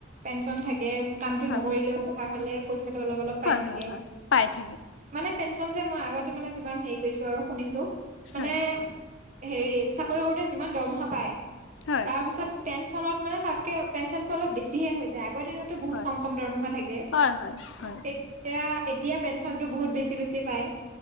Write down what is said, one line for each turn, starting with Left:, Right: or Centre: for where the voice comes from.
Right: পেঞ্চন থাকে কামটো
Left: হয়
Right: নকৰিলেও বহ <unintelligible> হ'লে পইচাটো অলপ-অলপ
Left: হয়
Right: পাই থাকে।
Left: হয় হয় পাই থাকে
Right: মানে পেঞ্চন যে মই আগতে মানে যিমান হেৰি কৰিছো আৰু শুনিছো
Left: হয়
Right: মানে এ হেৰি চাকৰি কৰোতে যিমান দৰমহা পায়
Left: হয়
Right: তাৰ পিছত পেঞ্চনত মানে তাতকে পেঞ্চনটো অলপ বেছিহে হৈ যায় আগৰ দিনততো বহুত
Left: হয়
Right: কম-কম দৰমহা থাকে পিছত
Left: হয় হয় হয়
Right: তেততিয়া এতিয়া পেঞ্চনটো বহুত বেছি-বেছি পায়